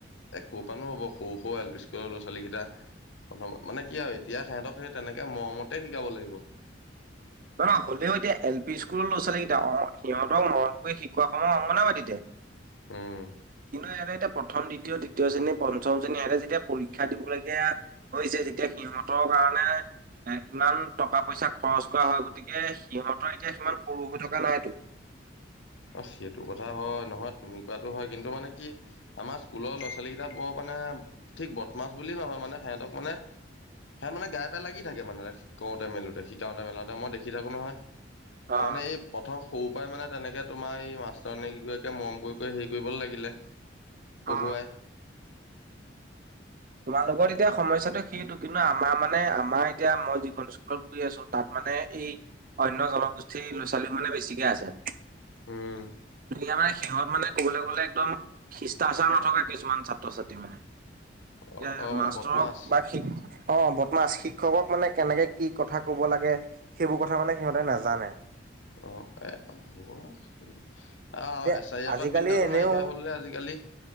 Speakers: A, on the left; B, on the right.
A: এ, ক'ৰপানো হ'ব সৰু, সৰু এল পি স্কুলৰ ল'ৰা ছোৱালীকিটা। প্ৰথমত মানে কি আৰু এতিয়া সিহঁতক সেই তেনেকে মৰমতে শিকাব লাগিব।
B: নহ-নহয় হ'লেও এতিয়া এল পি স্কুলৰ লৰা ছোৱালকিটা অ', সিহঁতক মৰম কৰি শিকোৱা সময়ৰ অংগবাদীতিতে!
A: হুম।
B: <unintelligible> ইহঁতে এতিয়া প্ৰথম, দ্বিতীয়, তৃতীয় শ্ৰেণী পঞ্চম শ্ৰেণী ইহতে যেতিয়া পৰীক্ষা দিবলগীয়া হৈছে যেতিয়া সিহঁতৰ কাৰণে ইমান টকা পইচা খৰচ কৰা হয়, গতিকে সিহত এতিয়া সিমান সৰু হৈ থকা নাইতো।
A: অ', সেইটো কথা হয়, নহয় তুমি কোৱাটো হয়, কিন্তু মানে কি আমাৰ স্কুলৰ ল'ৰা ছোৱালীকিটা বৰ মানে ঠিক বদমাছ বুলি নহয় মানে সেহঁতক মানে <unintelligible> মানে গায়ে পায়ে লাগি থাকে মানে শিকাওঁতে মেলোতে, শিকাওঁতে মেলোতে মই দেখি থাকোঁ নহয়।
B: অ
A: মানে, এই প্ৰথম সৰু পাই মানে তেনেকে তোমাৰ এই মাষ্টৰনি কিগৰাকীয়ে মৰম কৰি, কৰি হেৰি কৰিবলে লাগিলে পঢ়ুৱাই
B: অ তোমালোকৰ
A: এ
B: এতিয়া সমস্যাটো সেইটো, কিন্তু আমাৰ মানে আমাৰ এতিয়া মই যিখন স্কুলত কৰি আছোঁ তাত মানে এই অন্য জনগোষ্ঠীৰ ল'ৰা ছোৱালী মানে বেছিকে আছে।
A: উম
B: এতিয়া মানে সিহঁত মানে ক'বলৈ গ'লে একদম শিষ্টাচাৰ নথকা কিছুমান ছাত্ৰ ছাত্ৰী মানে।
A: অ
B: <unintelligible>
A: অ মানে
B: মাষ্টৰক
A: বদমাছ
B: বা শিক্ষ অ', বদমাছ শিক্ষকক মানে কেনেকে কি কথা ক'ব লাগে সেইবোৰ কথা মানে সিহঁতে নাজানে।
A: অ', এ, <unintelligible> অ',
B: যে
A: এছাৰি আগত
B: আজিকালি
A: বিদ্যাটো
B: এনেও
A: নাইকিয়া হ'ল আজিকালি।